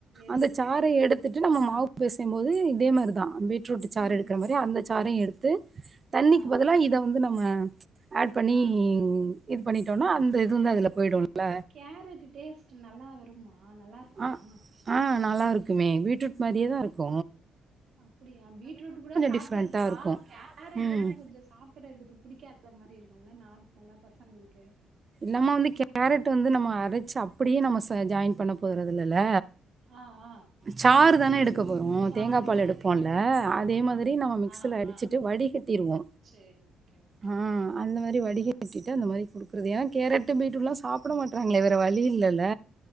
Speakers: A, on the right; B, on the right.
A: எடுத்துப்பீங்க
B: அந்த சார எடுத்துட்டு நம்ம
A: ஆ
B: மாவு பெசையுபோது இதே மாரிதா பீட்ரூட்டு் சார்
A: இ
B: எடுக்கிற மாரி அந்த சாரயு எடுத்து தண்ணிக்கு
A: ஆ
B: பதிலா இத வந்து நம்ம ஆட் பண்ணி
A: ஆ
B: இது பண்ணிட்டோனா அந்த இது வந்து அதுல போயிடுல்ல
A: கேரட்டு் டேஸ்ட்டு நல்லா வரும்மா நல்லா இருக்குமா
B: ஆ ஆ நல்லா இருக்குமே பீட்ரூட் மாரியேதா இருக்கு
A: அப்பிடியா பீட்ரூட் கூட சாப்பரலா
B: டிஃப்ரெண்ட்டா இருக்கும்
A: கேரட்டுதா
B: ம்
A: கொஞ்சோ சாப் ப்பறதுக்கு புடிக்காத மாரி இருக்குல்ல நார்மல்லா பசங்களுக்கு
B: நம்ப வந்து கேரட் வந்து நம்ம அரச்சி அப்டியே நம்ம ச ஜாயின் பண்ண போதறது இல்லல்ல
A: ஆ ஆ
B: சாருதான எடுக் க்க போறோ
A: சாறு
B: தேங்காபால்
A: எடுக்கறனால
B: எடுப்போல்ல
A: ஆமா
B: அதே மாதிரி நம்ம மிக்சில
A: ஆ
B: அடிச்சிட்டு
A: ஆ
B: வடிகட்டிருவோ
A: சேரி ஓகே ஓகே
B: ஆ அந்த மாரி வடிகட்டிட்டு
A: ஆ
B: அந்த மாரி க்கறது ஏ கேரட் பீட்ரூட்ல்லா சாப்படமாற்றாங்களே வேற வழி இல்லல்ல